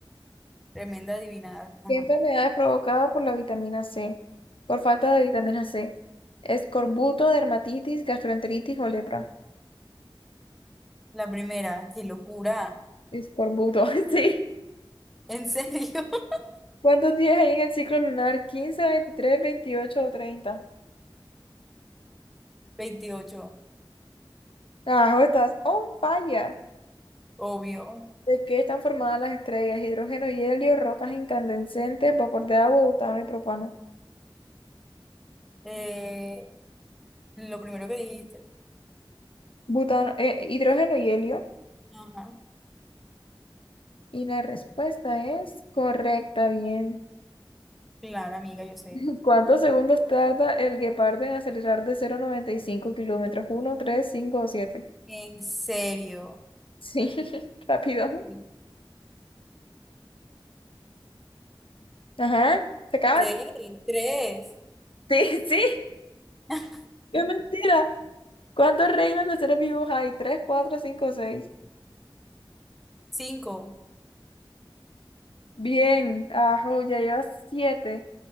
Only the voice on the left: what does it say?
¿Qué enfermedad es provocada por la vitamina C? Por falta de vitamina C. Escorbuto, dermatitis, gastroenteritis o lepra.
Escorbuto, <laughs> sí.
¿Cuántos días hay en el ciclo lunar? 15, 23, 28 o 30?
Carajo, estás on fire.
¿De qué están formadas las estrellas? Hidrógeno y helio, rocas incandescentes, vapor de agua, butano y propano.
butano, eh, hidrógeno y helio.
Y la respuesta es correcta, bien.
<laughs> ¿Cuántos segundos tarda el guepardo en acelerar de cero a noventa y cinco kilómetros? Uno, 3, 5, o 7.
Sí, <laughs> rápido.
Ajá, se acaba.
<laughs>
Sí, sí,
qué mentira. ¿Cuántos reinos de seres vivos hay? 3, 4, 5, 6.
Bien, ajo, ya llevas 7.